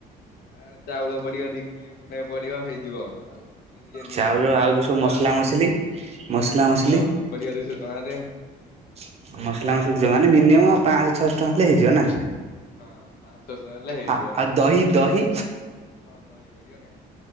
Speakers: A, on the left; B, on the right.
A: ଆ' ଚାଉଳ ପଡିବ ୲ ଦି କିଲେ ଖଣ୍ଡେ ପଡିବ, ହେଇଯିବ। ଆଉ ବିରିୟାନୀ
B: ଚାଉର,
A: ଚିକେନ
B: ଆଉ' ଯୋଉ
A: ପଡିବ
B: ସବୁ ମସଲା,
A: ଆଉ।
B: ମସଲି ୲ମସଲା,
A: ହଁ ମସଲା
B: ମସଲି୲ ମସଲା,
A: ପଡିବ ଦୁଇଶହ ଟଙ୍କାରେ
B: ମସଲି
A: ସବୁ
B: ୲ଯିବ
A: ହଁ
B: ମାନେ, ମିନିମମ ପାଞ୍ଚଶହ, ଛାଅସହ ଟଙ୍କା ହେଲେ ହେଇଯିବ ନା।
A: ହଁ, ପାନ୍ସ ଉପରେ ହେଲେ, ହେଇଯିବ
B: ଆ ଆଉ ଦହି ଦହି
A: ୲ହଁ ଦହି ପଡିବ କା